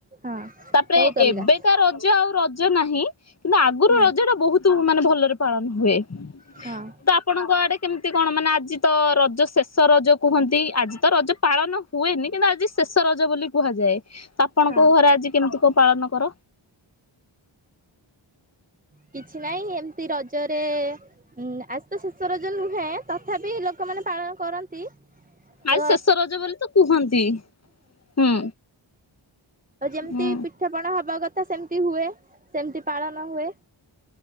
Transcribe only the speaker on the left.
ତା'ପରେ
ଏବେ ତା, ରଜ ଆଉ ରଜ ନାହିଁ। କିନ୍ତୁ ଆଗରୁ
ରଜ ଟା ବହୁତୁ ମାନେ ଭଲରେ ପାଳନ ହୁଏ।
ତ ଆପଣଙ୍କ ଆଡ଼େ କେମିତି କଣ? ମାନେ ଆଜି ତ ରଜ ଶେଷ ରଜ କୁହନ୍ତି। ଆଜି ତ ରଜ ପାଳନ ହୁଏନି। କିନ୍ତୁ ଆଜି ଶେଷ ରଜ ବୋଲି କୁହାଯାଏ। ତାପ୍ ଆପଣଙ୍କୋ,
ଘରେ ଆଜି କେମିତି କ ପାଳନ କର?
ଆରେ, ଶେଷ ରଜ ବୋଲି ତ କୁହନ୍ତି! ହୁଁ,
ହୁଁ।